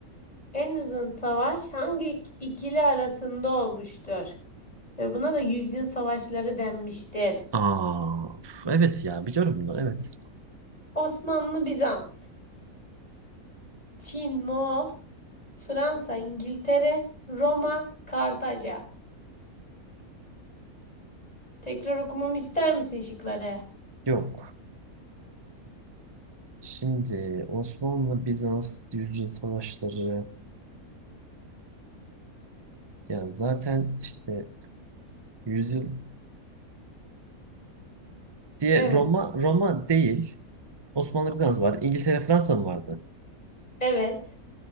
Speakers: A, on the left; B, on the right.
A: En uzun savaş hangi ikili arasında olmuştur? ve buna da yüzyıl savaşları denmiştir.
B: Aa, uf, evet ya biliyorum bunu evet.
A: Osmanlı, Bizans, Çin, Moğol, Fransa, İngiltere, Roma, Kartaca. Tekrar okumamı ister misin şıkları?
B: Yok. Şimdi Osmanlı Bizans yüzyıl savaşları ya zaten işte yüzyıl diye
A: Evet.
B: Roma Roma değil. Osmanlı Bizans var. İngiltere Fransa mı vardı?
A: Evet.